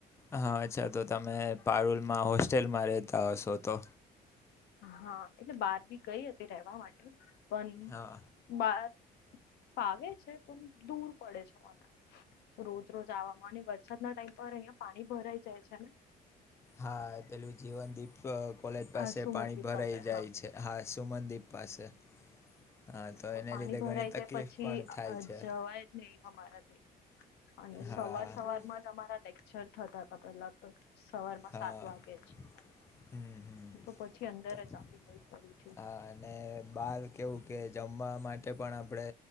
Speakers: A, on the left; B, on the left.
A: હા અચ્છા તો તમે પારૂલમાં હોસ્ટેલમાં રેહતા હશો તો
B: હા એટલે બાર બી ગઈ હતી રેવા માટે પણ
A: હા
B: બાર ફાવે છે પણ દૂર પડે છે મને, રોજ રોજ આવામાં અને વરસાદ ના ટાઈમ પર અહીંયા પાણી ભરાઈ જાય છે ને
A: હા એ પેલું જીવન દીપ અ કોલેજ પાસે
B: અ, સુમનદીપ
A: પાણી ભરાઈ
B: પાસે
A: જાય છે, હા સુમનદીપ પાસે હા
B: તો
A: એને
B: પાણી
A: લીધે
B: ભરાઈ
A: ઘણી
B: જાય
A: તકલીફ
B: પછી
A: પણ થાય છે
B: જવાય જ નહી અમારાથી. અને સવાર
A: હા
B: સવારમાં જ અમારા લેક્ચર થતા હતા પેલા તો સવારમાં
A: હા
B: સાત વાગે જ.
A: હમ હમ
B: તો પછી અંદર જ આવી ગઈ ફરીથી
A: હા અને બાર કેવું? કે જમવા માટે પણ આપણે